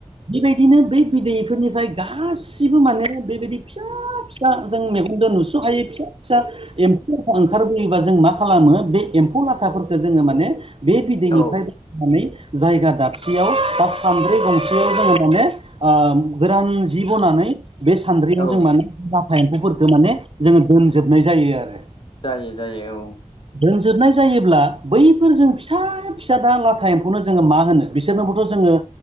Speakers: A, on the right; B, on the left.
A: बेबायदिनो बै बिदैफोरनिफ्राय गासिबो माने बेबायदि फिसा फिसा फिसा जों मेगनदो नुस'हायि फिसा फिसा एम्फौ लाथा ओंखारबोयोबा जों मा खालामो बे एम्फौ लाथाफोरखो जोङो माने बे बिदैनिफ्रायबोनानै
B: औ
A: जायगा दाबसेयाव बा सानद्रि गंसेयाव जोङो माने ओ गोरान जि बनानै बे सान्द्रियाव
B: औ
A: जों माने लाथा एम्फौफोरखौ माने जोङो दोनजोबनाय जायो आरो।
B: जायो जायो औ।
A: दोनजोबनाय जायोब्ला बैफोर जों फिसा फिसा दा लाथा एम्फौनो जोङो मा होनो बिसोरनोबोथ' जोङो